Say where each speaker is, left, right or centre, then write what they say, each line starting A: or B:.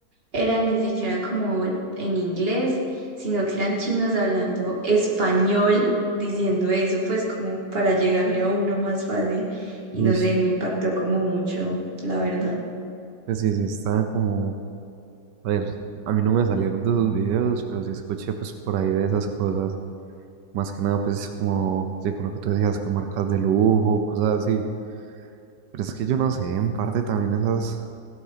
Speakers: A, on the right; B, on the right.
A: eran ni siquiera como en inglés, sino que eran chinos hablando español, diciendo eso, pues como para llegarle a uno más fácil, y
B: uy,
A: no sé, me impactó como mucho, la verdad.
B: pues sí, sí, está como, a ver, a mí no me salieron de esos videos, pero sí escuché, pues, por ahí de esas cosas. Más que nada, pues, como, sí, con lo que tú decías, que marcas de lujo, cosas así. Pero es que yo no sé, en parte también esas,